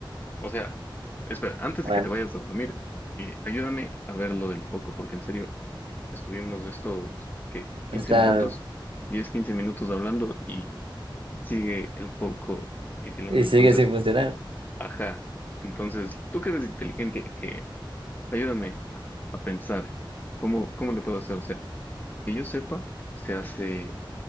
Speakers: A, on the left; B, on the right.
A: O sea, espera, antes
B: Bueno,
A: de que te vayas a dormir, eh, ayúdame a ver lo del foco, porque en serio, estuvimos estos, ¿qué? quince
B: está
A: minutos, 10 15 minutos hablando y sigue el foco titilando.
B: y sigue
A: Entonces,
B: sin funcionar.
A: ajá, entonces, tú que eres inteligente, eh, ayúdame a, a pensar cómo, cómo le puedo hacer. O sea, que yo sepa, se hace